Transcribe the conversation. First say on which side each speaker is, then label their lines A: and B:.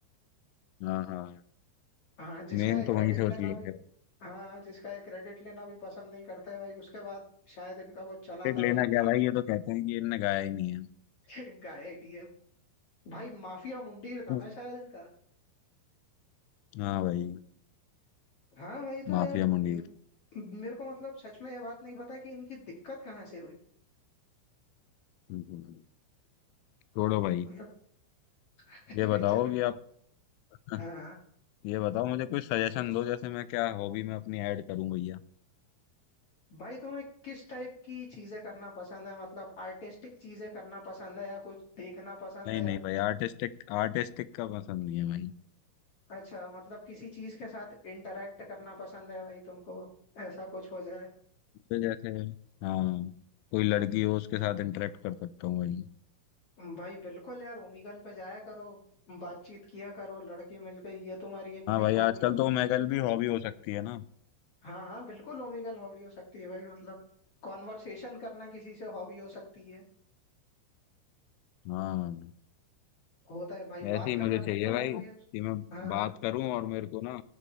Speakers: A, on the left; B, on the left.
A: हाँ हाँ
B: हाँ जिसका
A: मेन
B: ये
A: तो
B: क्रेडिट
A: वहीं से
B: लेना
A: उछले
B: भी
A: थे
B: हाँ जिसका ये क्रेडिट लेना भी पसंद नहीं करते हैं भाई उसके बाद शायद इनका कुछ चला
A: टिकट
B: था
A: लेना
B: भाई
A: क्या भाई ये तो कहते हैं कि इनने गाया ही नहीं है
B: <laughs> गाया ही नहीं है भाई माफिया मुंडीर था
A: <laughs>
B: ना शायद इनका
A: हाँ भाई
B: हाँ भाई तो
A: माफिया
B: यार
A: मुंडीर
B: म- मेरे को मतलब सच में ये बात नहीं पता कि इनकी दिक्कत कहाँ से हुई
A: हम्म, छोड़ो भाई
B: मतलब <laughs>
A: ये बताओ
B: चलो
A: कि आप <laughs>
B: हाँ हाँ।
A: ये बताओ मुझे कोई सजेशन दो जैसे मैं क्या हॉबी में अपनी ऐड करूं भैया
B: भाई तुम्हें किस टाइप की चीजें करना पसंद है मतलब आर्टिस्टिक चीजें करना पसंद है या कुछ देखना पसंद
A: नहीं
B: है
A: नहीं भाई आर्टिस्टिक आर्टिस्टिक का पसंद नहीं है भाई
B: अच्छा मतलब किसी चीज के साथ इंटरेक्ट करना पसंद है भाई तुमको ऐसा कुछ हो जाए
A: मुझे जैसे हाँ कोई लड़की हो उसके साथ इंटरेक्ट कर सकता हूँ भाई
B: भाई बिल्कुल यार ओमेगल पे जाया करो बातचीत किया करो लड़की मिल गई ये तुम्हारी एक नई
A: हाँ भाई
B: हॉबी
A: आजकल
B: हो गई
A: तो मैगल भी हॉबी हो सकती है ना
B: हाँ हाँ बिल्कुल ओमेगल हॉबी हो सकती है भाई मतलब कॉन्वर्सेशन करना किसी से हॉबी हो सकती है
A: हाँ
B: होता है भाई
A: ऐसे
B: बात
A: ही
B: करना
A: मुझे चाहिए
B: बिल्कुल
A: भाई
B: हॉबी है
A: कि मैं
B: हाँ
A: बात
B: हाँ
A: करूं और मेरे को ना